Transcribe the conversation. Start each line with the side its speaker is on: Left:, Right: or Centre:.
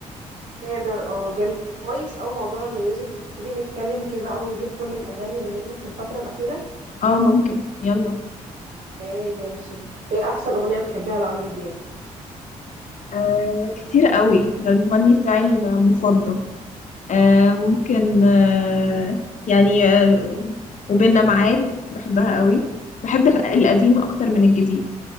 Right: كابر اه جميل كويس او موضوع الميوزك تيجي نتكلم فيه بقى ونجيب كل الاغاني اللي نزلت في الفتره الاخيره
Left: اه ممكن يلا
Right: ايه ماشي ايه احسن اغنيه بتحبيها لعمرو دياب
Left: آه كتير قوي ده المغني بتاعي المفضل آه ممكن آه يعني آه وبيننا ميعاد بحبها قوي بحب القديم أكتر من الجديد